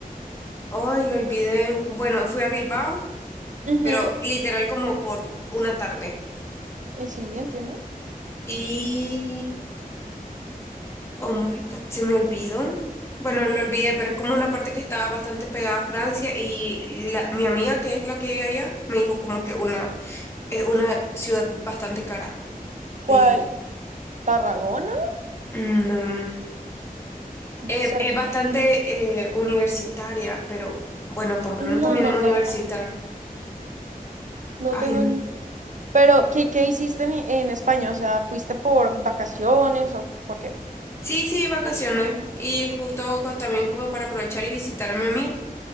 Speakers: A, on the left; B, on the right.
A: Ay, lo olvidé. Bueno, fui a Bilbao,
B: ujú.
A: pero literal como por una tarde.
B: Eh, sí, entiendo.
A: Y... Oh my God, se me olvidó. Bueno, lo olvidé, pero es como una parte que estaba bastante pegada a Francia y la- mi amiga, que es la que vive allá, me dijo como que una, es una ciudad bastante cara.
B: ¿Cuál?
A: Pero,
B: ¿Tarragona?
A: no. Eh,
B: Cerca.
A: es bastante eh, universitaria, pero bueno, Pamplona
B: No,
A: también
B: no
A: es universitaria.
B: tengo, no
A: Ay,
B: tengo
A: no.
B: ni... Pero, ¿qué, qué hiciste en, en España? O sea, ¿fuiste por vacaciones o por qué?
A: Sí, sí, vacaciones. Y justo co- también como para aprovechar y visitar a mi amiga.